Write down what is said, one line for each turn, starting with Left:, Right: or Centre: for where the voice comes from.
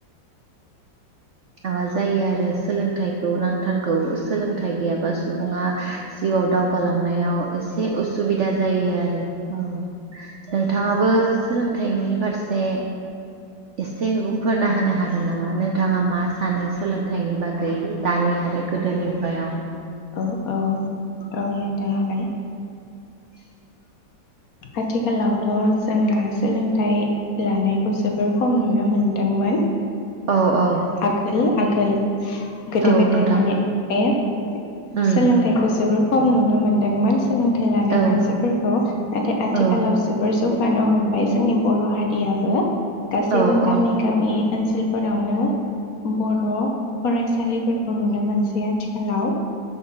Right: माबा जायो आरो सोलोंथाइखौ नांगौ थारगौ सोलोंथाइ गैयाबा सुबुङा जिउआव दावगालांनायाव एसे उसुबिदा जायो आरो औ नोंथाङाबो सोलोंथाइनि फारसे एसे बुंफोरना होना हागोन नामा हागोन नोंथाङा मा सानो सोलोंथाइनि बागै दानि आरो गोदोनि मुगायाव
Left: औ औ औ नोंथा हागोन
Right: <inaudible>
Left: आथिखालावथ' जोंना सोलोंथाइ लानायखौ जोबोर खम नुनो मोनदोंमोन
Right: औ औ
Left: आगोल आगोल गोदो
Right: औ
Left: गोदाय
Right: नोंथां
Left: माने ए
Right: उम
Left: सोलोंथाइखौ जोबोर खम नुनो मोनदोंमोन सोलोंथाइ लानाय
Right: औ
Left: मानसिफोरखौ नाथाय आथिखालाव
Right: औ
Left: जोबोर जौ गानो हमबाय जोंनि बर' हारियाबो गासैबो
Right: औ
Left: गामि
Right: औ
Left: गामि ओनसोलफोरावनो बर' फरायसालिफोरखौ नुनो मोनसै आथिखालाव